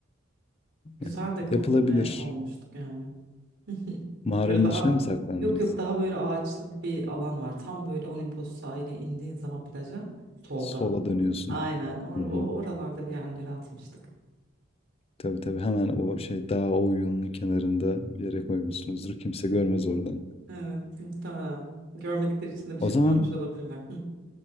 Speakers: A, on the right (about 55°); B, on the left (about 30°).
A: Güzel
B: Eh,
A: de kamufle
B: Yapılabilir.
A: olmuştuk yani. <laughs>
B: Mağaranın
A: Böyle daha
B: içine mi saklandınız?
A: yok yok daha böyle ağaçlık bir alan var. Tam böyle Olimpos sahile indiğin zaman plaja solda.
B: Sola dönüyorsun.
A: Aynen or
B: Hı
A: o
B: hı.
A: oralarda bir yerlere atmıştık.
B: Tabii tabii hemen o şey dağ o kenarında bir yere koymuşsunuzdur. Kimse görmez oradan.
A: Evet, muhtemelen. Görmedikleri için de bir
B: O
A: şey
B: zaman
A: dememiş olabilirler. Hı.